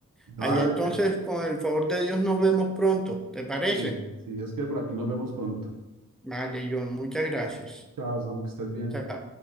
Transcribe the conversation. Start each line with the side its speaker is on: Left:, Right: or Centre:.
Right: Dale,
Centre: Allá entonces, con el favor de Dios, nos vemos pronto. ¿Te parece?
Right: sí, si Dios quiere, por aquí nos vemos pronto.
Centre: Vale, John, muchas gracias.
Right: Chao, Sam, que estés bien.
Centre: Chao.